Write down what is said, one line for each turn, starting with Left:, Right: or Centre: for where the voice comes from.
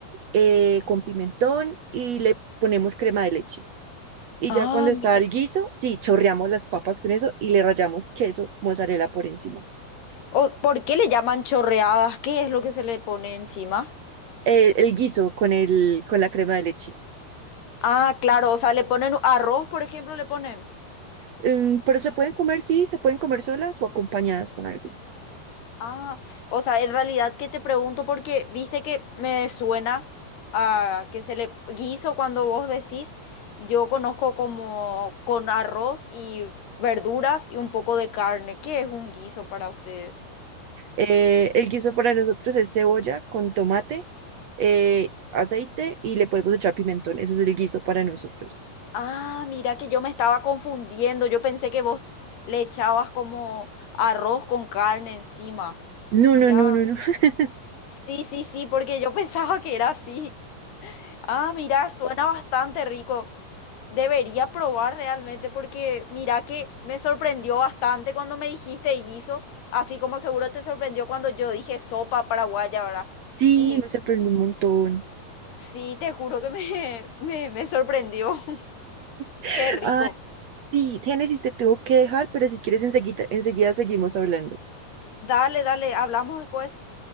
Right: eh, con pimentón y le ponemos crema de leche. Y
Left: Ah,
Right: ya cuando está
Left: mira.
Right: el guiso, sí, chorreamos las papas con eso y le rallamos queso, mozzarella por encima.
Left: O- ¿por qué le llaman chorreadas? ¿Qué es lo que se le pone encima?
Right: Eh, El, guiso con, el, con la crema de leche.
Left: Ah, claro, o sea, le ponen arroz, por ejemplo, le ponen.
Right: Em, pero se pueden comer, sí, se pueden comer solas o acompañadas con algo.
Left: Ah, o sea, en realidad que te pregunto porque viste que me suena a que se le guiso cuando vos decís, yo conozco como con arroz y verduras y un poco de carne. ¿Qué es un guiso para ustedes?
Right: Eh, el guiso para nosotros es cebolla con tomate, eh, aceite y le podemos echar pimentón. Ese es el guiso para nosotros.
Left: Ah, mira que yo me estaba confundiendo. Yo pensé que vos le echabas como arroz con carne encima.
Right: No,
Left: Mira,
Right: no, no, no, no. <laughs>
Left: sí, sí, sí, porque yo <laughs> pensaba que era así. Ah, mira, suena bastante rico. Debería probar realmente porque mira que me sorprendió bastante cuando me dijiste guiso, así como seguro te sorprendió cuando yo dije sopa paraguaya, ¿verdad?
Right: Sí,
Left: Y
Right: me sorprendió un montón.
Left: sí, te juro que me, <laughs> me, me sorprendió. <laughs>
Right: <laughs>
Left: Qué rico.
Right: Sí, Génesis, te tengo que dejar, pero si quieres enseguida, enseguida seguimos hablando.
Left: Dale, dale, hablamos después.